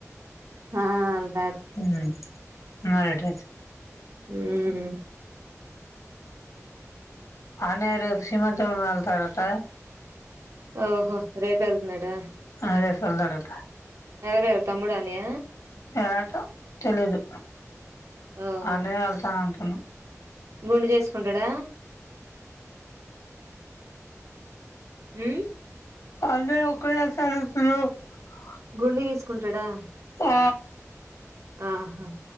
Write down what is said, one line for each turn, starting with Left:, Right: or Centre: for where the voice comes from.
Right: ఆా
Left: హ మరిట
Right: హ్మ్
Left: అనేరు సిీమాచల మళ్తర ంతా
Right: ఓహో రేపు వెళ్త్నుడా
Left: అదే సోల్దడట
Right: ఎవరు ఎవరు తమ్ముడానియా
Left: ఏటా తెలీదు
Right: ఓహో
Left: అన్న వెళ్తాను అంటున్నా
Right: గుండు చేసుకుంటాడా హ
Left: అదే ఒకడే చారుతులు <unintelligible>
Right: గుండు గీసుకుంటాడా
Left: ఆ
Right: ఆహా